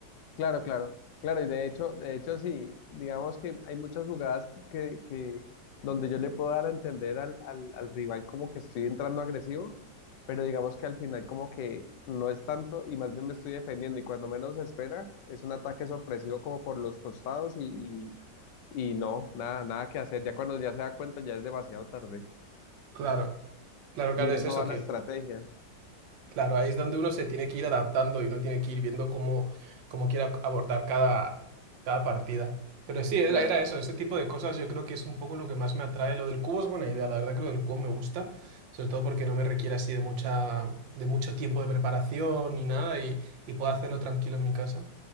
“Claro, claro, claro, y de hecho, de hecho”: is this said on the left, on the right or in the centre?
Left